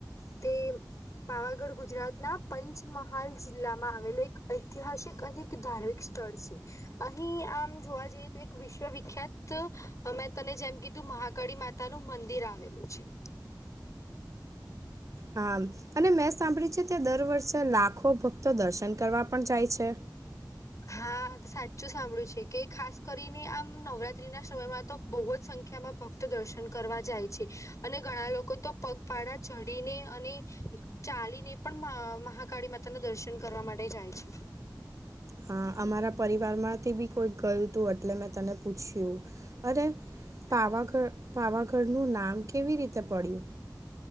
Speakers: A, on the left (about 45°); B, on the right (about 45°).
A: તેમ પાવાગઢ ગુજરાતના પંચમહાલ જિલ્લામાં આવેલુ એક ઐતિહાશીક અને એક ધાર્મિક સ્થળ છે, અહી આમ જોવા જઈએ તો એક વિશ શ્વ વિખ્યાત, અ મેં તને જેમ કીધું, મહાકાળી માતાનું મંદિર આવેલું છે.
B: હામ અને મેં સાંભળ્યું છે ત્યાં દર વર્ષે લાખો ભક્તો દર્શન કરવા પણ જાય છે?
A: હા, સાચું સાંભળ્યું છે, કે ખાસ કરીને આમ નવરાત્રીના શમયમાં તો બહુ જ સંખ્યામાં ફક્ત દર્શન કરવા જાય છે, અને ઘણા લોકો તો પગપાળા ચઢીને અને ચાલી ને પણ મ મહાકાળી માતાના દર્શન કરવા માટે જાય છે.
B: હા, અમારા પરિવારમાંથી બી કોઈક ગયુતું. એટલે મેં તને પૂછ્યું, અરે! પાવાગ,
A: હા
B: પાવાગઢ નું નામ કેવી રીતે પડ્યું?